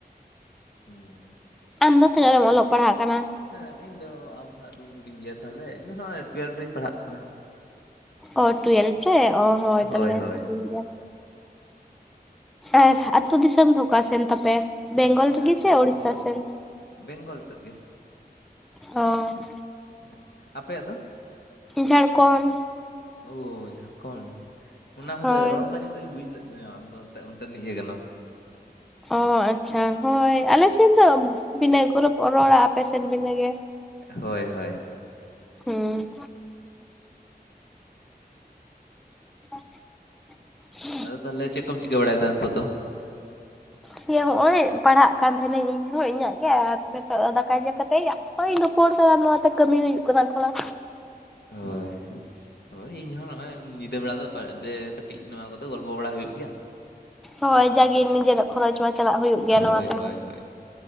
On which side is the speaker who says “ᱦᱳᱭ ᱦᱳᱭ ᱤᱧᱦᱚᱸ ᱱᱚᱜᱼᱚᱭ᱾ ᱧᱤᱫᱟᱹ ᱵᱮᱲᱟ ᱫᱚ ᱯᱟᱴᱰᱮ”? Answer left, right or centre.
Left